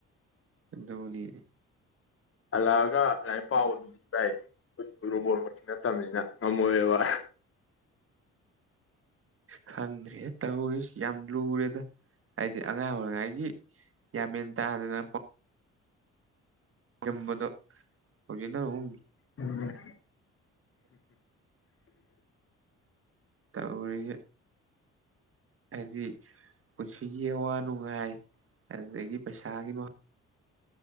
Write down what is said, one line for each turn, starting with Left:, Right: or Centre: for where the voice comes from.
Right: ꯣꯂꯤ
Left: ꯍꯜꯂꯛꯑꯒ ꯂꯥꯏ ꯄꯥꯎꯗꯨꯗꯤ ꯚꯥꯏ ꯑꯩꯈꯣꯏꯁꯨ ꯔꯣꯕꯣꯠꯃꯛꯇ ꯅꯠꯇꯕꯅꯤꯅ ꯉꯝꯃꯣꯏꯕ
Right: ꯈꯪꯗ꯭ꯔꯦ ꯇꯧꯔꯤꯁꯤ ꯌꯥꯝ ꯂꯨꯔꯦꯗ ꯍꯥꯏꯗꯤ ꯑꯉꯥꯡ ꯑꯣꯏꯔꯤꯉꯩꯒꯤ ꯌꯥꯝꯃꯦꯟ ꯇꯗꯅ ꯂꯩꯔꯝꯕꯗꯣ ꯍꯧꯖꯤꯛꯅ ꯑꯃꯨ
Left: ꯎꯝ
Right: ꯇꯧꯔꯤ ꯍꯥꯏꯗꯤ ꯄꯨꯟꯁꯤꯒꯤ ꯑꯋꯥ ꯅꯨꯡꯉꯥꯏ ꯑꯗꯨꯗꯒꯤ ꯄꯩꯁꯥꯒꯤ ꯃꯍꯥꯎ